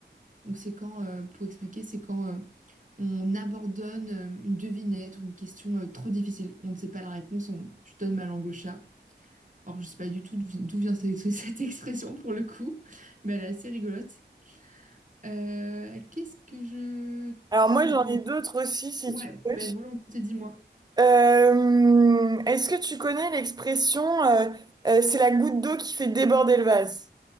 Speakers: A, on the right; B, on the right.
A: Donc, c'est quand, euh, pour expliquer, c'est quand. euh, on abandonne euh, une devinette ou une question euh, trop difficile. On ne sait pas la réponse, on... je donne ma langue au chat. Alors, je ne sais pas du tout d'où vi- d'où vient cette, <laughs> cette expression pour le coup, mais elle est assez rigolote. Euh, qu'est-ce que je...
B: Alors
A: Quoi
B: moi,
A: je
B: j'en
A: pense?
B: ai d'autres aussi, si
A: Ouais,
B: tu veux.
A: ben volonté, dis-moi.
B: Euh, est-ce que tu connais l'expression, euh, euh, c'est la goutte d'eau qui fait déborder le vase?